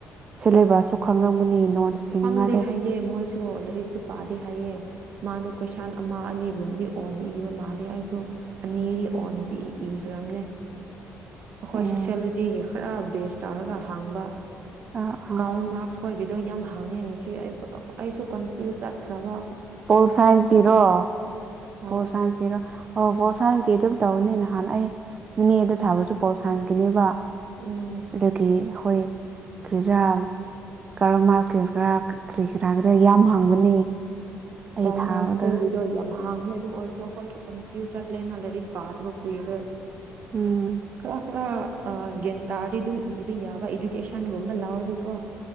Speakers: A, on the right; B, on the right.
A: ꯁꯦꯂꯦꯕꯁꯁꯨ ꯈꯪꯔꯝꯒꯅꯤ ꯅꯣꯟ ꯁꯤꯅꯤꯡꯉꯥꯏꯗꯣ
B: ꯈꯪꯗꯦ ꯍꯥꯏꯌꯦ ꯃꯣꯏꯁꯨ ꯂꯥꯏꯔꯤꯛꯁꯨ ꯄꯥꯗꯦ ꯍꯥꯏꯌꯦ ꯃꯥꯗꯨ ꯀꯣꯏꯁꯥꯟ ꯑꯃ ꯑꯅꯤꯒꯨꯝꯕꯗꯤ ꯑꯣꯟ ꯏꯕ ꯃꯥꯜꯂꯦ ꯑꯩꯁꯨ ꯑꯅꯤꯗꯤ ꯑꯣꯟ ꯏꯈ꯭ꯔꯕꯅꯦ ꯑꯈꯣꯏ
A: ꯑꯦ
B: ꯁꯣꯁꯦꯜꯂꯣꯖꯤꯒꯤ ꯈꯔ ꯕꯦꯁ ꯇꯧꯔꯒ ꯍꯪꯕ
A: ꯑꯥ ꯑꯥ
B: ꯀꯥꯜ ꯃꯥꯔꯛꯁ ꯈꯣꯏꯒꯤꯗꯣ ꯌꯥꯝ ꯍꯪ ꯐꯪꯉꯦ ꯉꯁꯤ ꯑꯩ ꯑꯩꯁꯨ ꯀꯟꯐ꯭ꯌꯨꯁ ꯆꯠ ꯈ꯭ꯔꯕ
A: ꯄꯣꯜ ꯁꯥꯏꯟꯁꯀꯤꯔꯣ
B: ꯍꯣꯏ
A: ꯄꯣꯜ ꯁꯥꯏꯟꯁꯀꯤꯔꯣ ꯑꯣ ꯄꯣꯜ ꯁꯥꯏꯟꯁꯀꯤ ꯑꯗꯨꯝ ꯇꯧꯅꯤꯅ ꯅꯍꯥꯟ ꯑꯩ ꯃꯦꯗ ꯊꯥꯕꯁꯨ ꯄꯣꯜ ꯁꯥꯏꯟꯀꯤꯅꯦꯕ
B: ꯎꯝ
A: ꯑꯗꯨꯒꯤ ꯍꯣꯏ <unintelligible> ꯀꯥꯔꯜ ꯃꯥꯛꯁ ꯀꯤ ꯈꯔ ꯀ꯭ꯔꯤ ꯀꯔꯥꯒꯤꯔꯥ ꯌꯥꯝ ꯍꯪꯕꯅꯦ ꯑꯩ
B: ꯀꯥꯔꯜ
A: ꯊꯥꯕꯗ
B: ꯃꯥꯛꯁ ꯈꯣꯏꯒꯤꯗꯣ ꯌꯥꯝꯅ ꯍꯪꯉꯦ ꯑꯗꯨ ꯑꯣꯏꯔꯁꯨ ꯑꯩꯈꯣꯏꯁꯨ ꯀꯟꯐ꯭ꯌꯨꯁ ꯆꯠꯂꯦꯅ ꯂꯥꯏꯔꯤꯛ ꯄꯥꯗꯕ ꯀꯨꯏꯔꯦ
A: ꯎꯝ
B: ꯀꯅꯥ ꯀꯅꯥ ꯑ ꯒ꯭ꯌꯥꯟ ꯇꯥꯔꯗꯤ ꯑꯗꯨꯝ ꯏꯕ ꯌꯥꯕ ꯏꯗꯨꯀꯦꯁꯟꯒꯨꯝꯕ ꯂꯧꯔꯗꯤꯀꯣ